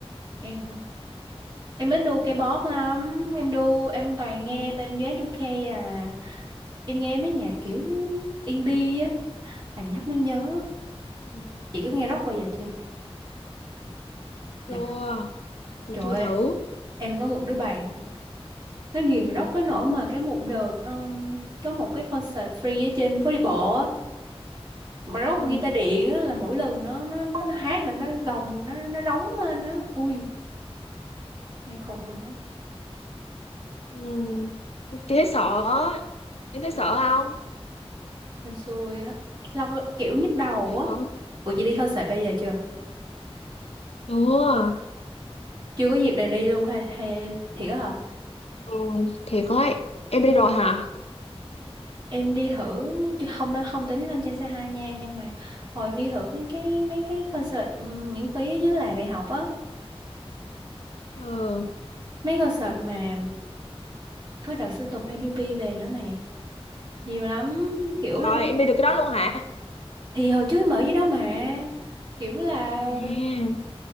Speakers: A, on the right; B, on the left.
A: Em hả? Em ít đu K-pop lắm, em đu, em toàn
B: ừ.
A: nghe bên US à. Em nghe mấy nhạc kiểu indie á, à nhắc mới nhớ.
B: Ừ.
A: Chị có nghe rock bao giờ chưa? Nhạc
B: chưa chị
A: Trời
B: chưa thử
A: ơi, em có một đứa bạn nó ghiền rock tới nỗi mà cái một đợt um, có một cái concert free ở trên phố đi bộ á mà rock
B: ừ.
A: guitar điện á là mỗi lần nó nó nó, nó hát là nó gồng nó nó rống lên á ui nghe khùng luôn á
B: Ừ. chị thấy sợ em thấy sợ không
A: em xui á lâu lắm, kiểu nhức đầu
B: vậy hả
A: á ủa chị đi concert bây giờ chưa
B: chưa
A: chưa có dịp nào đi luôn hay hay thiệt á hả
B: Ừ, thiệt ấy. Em đi rồi hả?
A: em đi thử chứ không nó không tính lên trên xe hai nha nhưng mà hồi em đi thử cái cái mấy cái concert um, miễn phí ở dưới làng đại học á
B: Ừ,
A: mấy concert mà có đợt Sơn Tùng ADP về nữa mà nhiều lắm kiểu
B: trời,
A: là
B: em đi được cái đó luôn hả?
A: thì hồi trước mở dưới đó mà kiểu là
B: À,